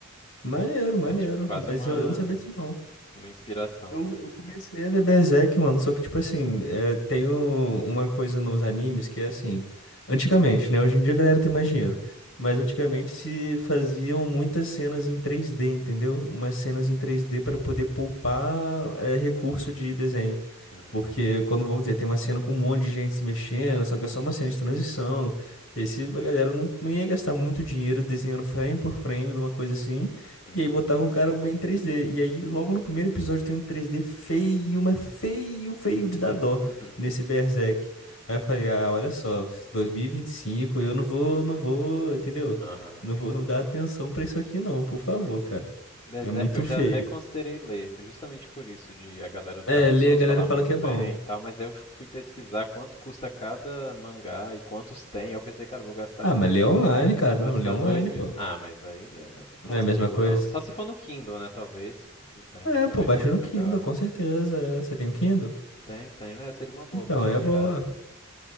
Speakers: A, on the left; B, on the left.
A: Maneiro, maneiro,
B: é tipo quase
A: mas
B: uma,
A: eu, eu não sabia disso não.
B: uma inspiração
A: Eu,
B: mesmo,
A: eu comecei
B: tá?
A: a ver Berserk, mano, só que, tipo assim, é, tem o- uma coisa nos animes que é assim, antigamente, né? Hoje em dia a galera tem mais dinheiro, mas antigamente se faziam muitas cenas em 3D, entendeu? Umas cenas em 3D pra poder poupar, é, recurso de desenho.
B: Uhum,
A: Porque quando, vamos dizer, tem uma cena com um monte de gente se mexendo, só que é só uma cena de transição. E aí se a galera não, não ia gastar muito dinheiro desenhando frame por frame de uma coisa assim.
B: uhum.
A: E aí botava um cara em 3D. E aí, logo no primeiro episódio, tem um 3D feio, mas feio, feio de
B: <laughs>
A: dar dó nesse Berserk. Aí eu falei, ah, olha só, 2025, eu não vou, não vou, entendeu?
B: Aham.
A: Não vou <laughs> dar atenção pra isso aqui, não, por favor, cara.
B: Berserk
A: É muito
B: eu
A: feio.
B: já até considerei ler, justamente por isso, de a galera do
A: É,
B: Dark
A: ler
B: Souls
A: a galera
B: falar
A: fala
B: muito
A: que
B: bem
A: é bom.
B: e tal, mas aí eu fu- fui pesquisar quanto custa cada mangá e quantos tem, aí eu pensei, cara, eu vou gastar
A: Ah, mas lê online, cara.
B: Vou gastar
A: Não, lê online,
B: dois mil.
A: pô.
B: Ah, mas aí eu não consigo
A: Não é a mesma coisa.
B: não. Só se for no Kindle, né? Talvez. É,
A: É,
B: talvez
A: pô, baixa
B: fique
A: no
B: legal.
A: Kindle, com certeza. é. Você tem um Kindle?
B: Tem, tem. É, seria uma boa,
A: Então,
B: baixa
A: é
B: pirata.
A: boa.